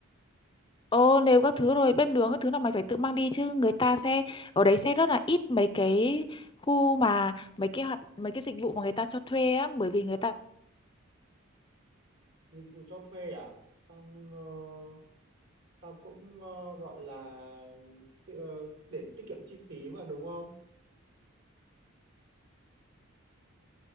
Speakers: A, on the left (about 20°); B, on the right (about 75°).
A: ô nếu các thứ rồi bếp nướng các thứ là mày phải tự mang đi chứ người ta sẽ ở đấy sẽ rất là ít mấy cái khu mà mấy cái hoạt mấy cái dịch vụ mà người ta cho thuê á bởi vì người ta
B: dịch vụ cho thuê à? Tao ờ, tao cũng ờ, gọi là ti- ờ, để tiết kiệm chi phí mà đúng không?